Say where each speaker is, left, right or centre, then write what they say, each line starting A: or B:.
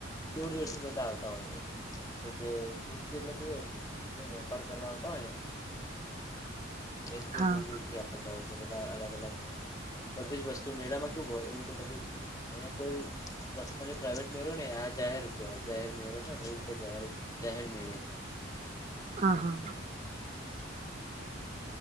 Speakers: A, on the left; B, on the right.
A: દૂર દૂર થી બધા આવતા હોય છે, કે જે દૂર થી એટલે કેું જે વેપાર કરવા આવતા હોય ને એ
B: હા
A: તો દુરથી બધા અલગ અલગ બધી જ વસ્તુ મેળામાં કેવું હોય એવી રીતે બધીસ્ત અહીયા કોઈ પર્સનલી પ્રાઇવેટ મેળો ને આ જાહેર કેહેવાય જાહેર મેળો હોય ને એવી રીતે જાર જાહેર મેળો છે.
B: હ હા,